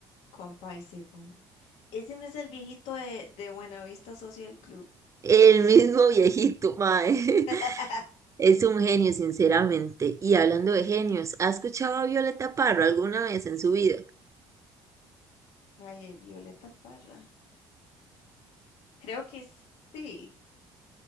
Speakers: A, on the left; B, on the right.
A: compa y segundo. Ese no es el viejito de, de Buenavista Social Club.
B: El mismo viejito, mae. <laughs>
A: <laughs>
B: Es un genio, sinceramente. Y hablando de genios, ¿ha escuchado a Violeta Parra alguna vez en su vida?
A: Vaya, Violeta Parra. Creo que sí.